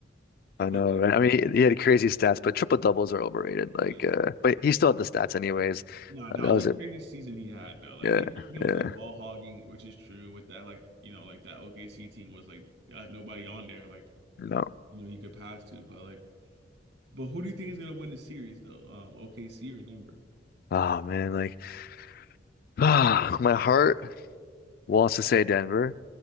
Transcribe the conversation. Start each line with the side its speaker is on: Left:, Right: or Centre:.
Left: I
Right: but
Left: know, right?
Right: like,
Left: I mean, he, he had crazy stats, but triple doubles are overrated. Like,
Right: yeah,
Left: uh, but he still had the stats anyways.
Right: Nah, that
Left: Uh, that
Right: was
Left: was
Right: a crazy
Left: it.
Right: season he had though. Like
Left: Yeah,
Right: even he was
Left: yeah,
Right: like ball hogging, which is true with that like you know like that OKC team was like uh, nobody on there like
Left: no.
Right: you know you could pass to, but like but who do you think is gonna win the series though? Um, OKC or Denver?
Left: Oh man, like, <sighs> ah, my heart wants to say Denver,